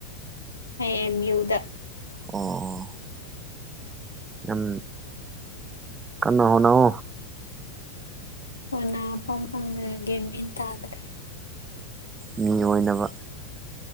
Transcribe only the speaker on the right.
ꯑꯣ ꯑꯣ ꯌꯥꯝ ꯀꯟꯅ ꯍꯣꯠꯅꯧ
ꯃꯤ ꯑꯣꯏꯅꯕ